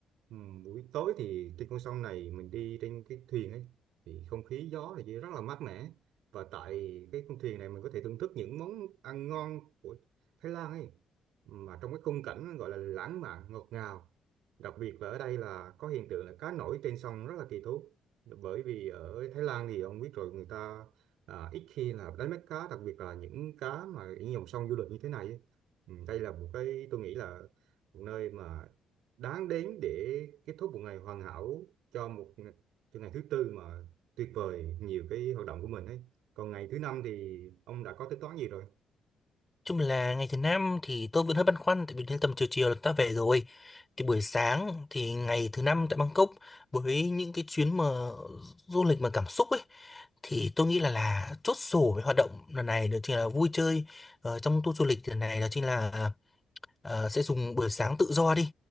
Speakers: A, on the right; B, on the left.
A: ừm, buổi tối thì trên con sông này mình đi trên cái thuyền ấy thì không khí gió thì rất là mát mẻ và tại cái con thuyền này mình có thể thưởng thức những món ăn ngon của Thái Lan ấy mà trong cái khung cảnh gọi là lãng mạn ngọt ngào đặc biệt là ở đây là có hiện tượng là cá nổi trên sông rất là kỳ thú bởi vì ở Thái Lan thì ông biết rồi người ta à, ít khi là đánh bắt cá đặc biệt là những cá mà những dòng sông du lịch như thế này ấy. Ừ, đây là một cái tôi nghĩ là một nơi mà đáng đến để kết thúc một ngày hoàn hảo cho một cho ngày thứ tư mà tuyệt vời nhiều cái hoạt động của mình ấy còn ngày thứ năm thì ông đã có tính toán gì rồi
B: chung là ngày thứ năm thì tôi vẫn hơi băn khoăn tại vì đến tầm chiều chiều là ta về rồi thì buổi sáng thì ngày thứ năm tại Bangkok với những cái chuyến mà du lịch mà cảm xúc ấy thì tôi nghĩ là là chốt sổ với hoạt động lần này đó chính là vui chơi ờ, trong tour du lịch lần này đó chính là ờ, sẽ dùng buổi sáng tự do đi